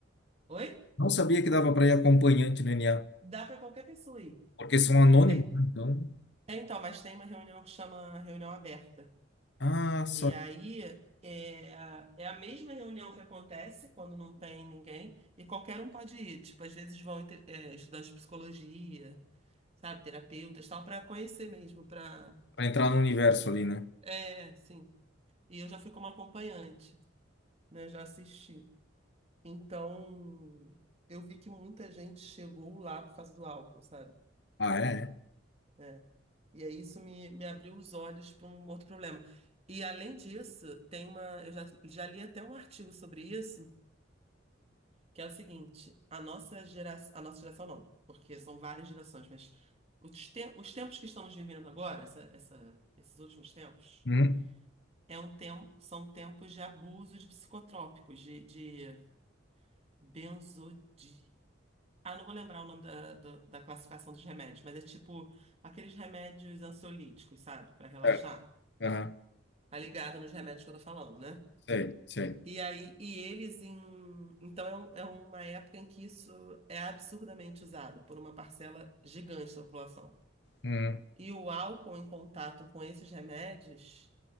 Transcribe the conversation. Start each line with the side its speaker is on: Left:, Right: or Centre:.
Right: Oi?
Left: Não sabia que dava para ir acompanhante no NA.
Right: Dá para qualquer pessoa ir.
Left: Porque são anônimos,
Right: Tem-
Left: né? então.
Right: Então, mas tem uma reunião que chama reunião aberta.
Left: Ah, só.
Right: E aí é, é a mesma reunião que acontece quando não tem ninguém, e qualquer um pode ir. Tipo, às vezes vão inte- é, estudantes de psicologia, sabe, terapeutas, tal, para conhecer mesmo, para.
Left: Para entrar no universo ali, né?
Right: É, sim. E eu já fui como acompanhante, né? Já assisti. Então, eu vi que muita gente chegou lá por causa do álcool, sabe?
Left: Ah, é? é.
Right: É. E aí isso me, me abriu os olhos para um outro problema. E além disso, tem uma. Eu já, já li até um artigo sobre isso Que é o seguinte, a nossa geração, a nossa geração não, porque são várias gerações, mas os, te- os tempos que estamos vivendo agora, essa- essa- esses últimos tempos,
Left: Uhum.
Right: é um tem- são tempos de abuso de psicotrópicos, de, de benzodi... Ah, não vou lembrar o nome da, do- da classificação dos remédios, mas é tipo aqueles remédios ansiolíticos, sabe? Pra relaxar.
Left: Certo. Aham.
Right: Tá ligado nos remédios que eu tô falando, né?
Left: Sei, sei.
Right: E aí, e eles em. Então é, um- é uma época em que isso é absurdamente usado por uma parcela gigante da população.
Left: Uhum.
Right: E o álcool em contato com esses remédios